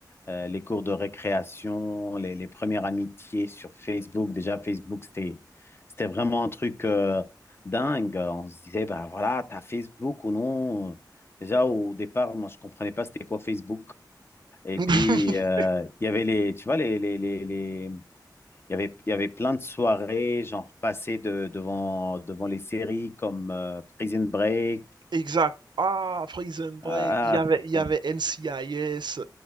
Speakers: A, on the left (about 30°); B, on the right (about 75°).
A: euh, les cours de récréation, les, les premières amitiés sur Facebook. Déjà, Facebook, c'était, c'était vraiment un truc euh, dingue. On se disait, bah voilà, t'as Facebook ou non? Déjà, au départ, moi, je comprenais pas c'était quoi Facebook. Et
B: <laughs>
A: puis, euh, il y avait les, tu vois, les, les, les, les il y avait, il y avait plein de soirées, genre passées de- devant, devant les séries comme euh, Prison Break.
B: Exact. Ah, Prison
A: Ah,
B: Break, il y avait, il y
A: ah,
B: avait NCIS.